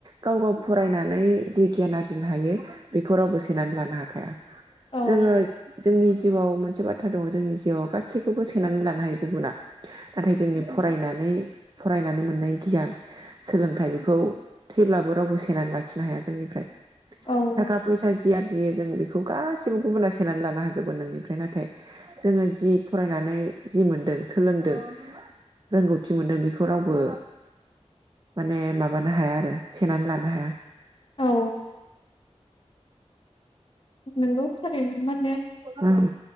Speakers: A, on the right; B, on the left.
A: गाव गाव फरायनानै जि गियान आरजिनो हायो बेखौ रावबो सेनानै लानो हाखाया।
B: औ
A: जोङो जोंनि जिउआव मोनसे बाथ्रा दङ जोंनि जिउआव गासैखौबो सोनानै लानो हायो गुबुना नाथाय जोंनि फरायनानै फरायनानै मोननाय गियान सोलोंथाइ बे खौ थैब्लाबो रावबो सेनानै लाखिनो हाया जोंनिफ्राय।
B: औ
A: थाखा फैसा जि आरजियो जों बे बेखौ गासिबो गुबुनााव सेनानै लानो हाजोबगोन नोंनिफ्राय नाथाय जोङो जि फरायनानै जि मोनदों सोलोंदों रोंगौथि मोनदों बेखौ रावबो माने मा माबानो हाया आरो सेेनानै लानो हाया।
B: औ नोंगौ थारैनो माने
A: ओं